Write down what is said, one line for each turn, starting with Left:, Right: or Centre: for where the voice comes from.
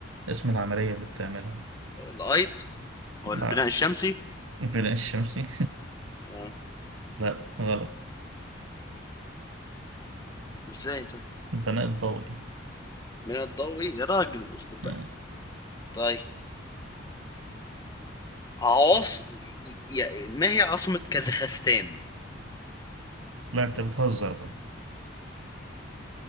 Right: اسم العملية اللي بتعملها
Left: الايض او
Right: لا
Left: البناء الشمسي
Right: البناء الشمسي <laughs>
Left: آه.
Right: لا غلط
Left: ازاي طيب
Right: البناء الضوئي
Left: من الضوئي يا راجل اسكت بقى
Right: مم.
Left: طيب عواص ي- ما هي عاصمة كازاخستان؟
Right: لا انت بتهزر بقى